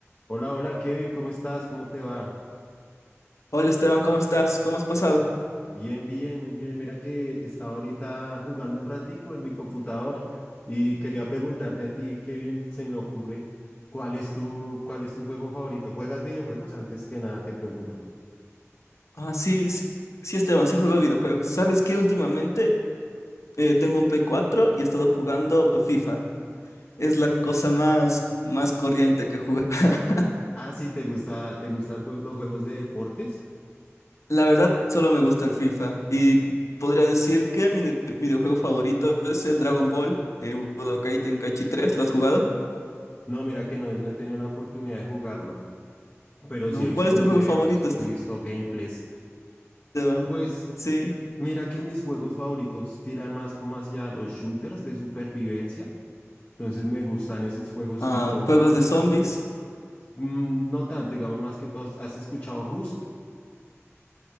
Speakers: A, on the left; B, on the left.
A: Hola, hola Kevin, ¿cómo estás? ¿Cómo te va?
B: Hola Esteban, ¿cómo estás? ¿Cómo has pasado?
A: Bien, bien, muy bien. Mira que estaba ahorita jugando un ratico en mi computador y quería preguntarte a ti, Kevin, se me ocurre, ¿cuál es tu, cuál es tu juego favorito? ¿Juegas videojuegos? Antes que nada te pregunto.
B: Ah, sí, s- sí, Esteban, sí juego videojuegos. ¿Sabes qué? Últimamente eh, tengo un Play 4 y he estado jugando FIFA. Es la cosa más, más corriente que juego. <laughs>
A: Ah, sí, ¿te gusta, te gustan jue- los juegos de deportes?
B: La verdad, solo me gusta el FIFA. Y podría decir que mi de- videojuego favorito es el Dragon Ball, eh, Budokai Tenkaichi tres. ¿Lo has jugado?
A: No, mira que no, he- no he tenido la oportunidad de jugarlo, pero
B: ¿No?
A: sí he visto
B: ¿Cuál es tu
A: videos,
B: juego favorito,
A: he visto gameplays.
B: Esteban?
A: Pues
B: Sí.
A: mira que mis juegos favoritos tiran más como hacia los shooters de supervivencia Entonces me gustan esos juegos
B: Ah,
A: tipo,
B: juegos de zombies.
A: mm, no tanto, digamos más que todos. ¿Has escuchado Rust?